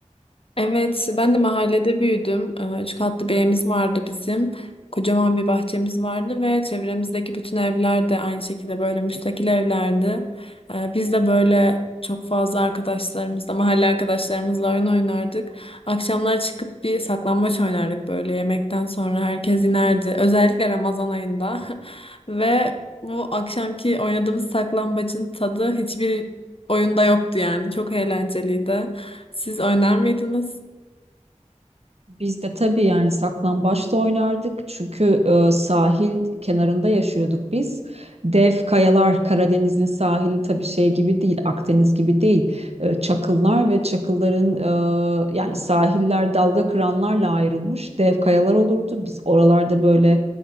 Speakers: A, on the left; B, on the right.
A: Evet, ben de mahallede büyüdüm. Ee, Üç katlı bir evimiz vardı bizim. Kocaman bir bahçemiz vardı ve çevremizdeki bütün evler de aynı şekilde böyle müstakil evlerdi. Ee, Biz de böyle çok fazla arkadaşlarımızla, mahalle arkadaşlarımızla oyun oynardık. Akşamlar çıkıp bir saklambaç oynardık böyle yemekten sonra herkes inerdi. Özellikle Ramazan ayında. <laughs> Ve bu akşamki oynadığımız saklambacın tadı hiçbir oyunda yoktu yani. Çok eğlenceliydi. Siz oynar mıydınız?
B: Biz de tabii yani saklambaçta oynardık çünkü e, sahil kenarında yaşıyorduk biz. Dev kayalar Karadeniz'in sahili tabii şey gibi değil, Akdeniz gibi değil. E, çakıllar ve çakılların e, yani sahiller dalga kıranlarla ayrılmış dev kayalar olurdu. Biz oralarda böyle